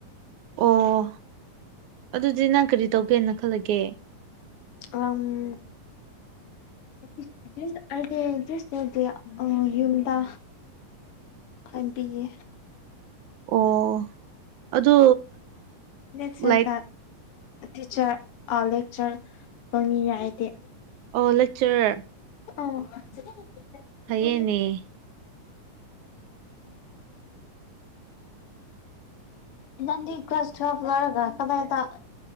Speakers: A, on the right (about 75°); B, on the left (about 45°).
A: ꯑꯣ ꯑꯗꯨꯗꯤ ꯅꯪ ꯀꯔꯤ ꯇꯧꯒꯦꯅ ꯈꯜꯂꯒꯦ
B: ꯑꯝ <unintelligible> ꯍꯥꯏꯗꯤ <unintelligible> ꯑ ꯌꯨꯝꯗ ꯍꯥꯏꯕꯤꯒꯦ
A: ꯑꯣ ꯑꯗꯨ
B: ꯅꯦꯛꯁꯦꯟꯇ
A: ꯂꯥꯏꯛ
B: ꯇꯤꯆꯔ ꯑ ꯂꯦꯛꯆꯔ ꯄꯪꯉꯤ ꯍꯥꯏꯗꯤ
A: ꯑꯣ ꯂꯦꯛꯆꯔꯔ
B: ꯑ <unintelligible>
A: ꯐꯩꯌꯦꯅꯦ
B: ꯅꯪꯗꯤ ꯀ꯭ꯂꯥꯁ ꯇꯨꯋꯦꯜꯐ ꯂꯣꯏꯔꯒ ꯀꯗꯥꯏꯗ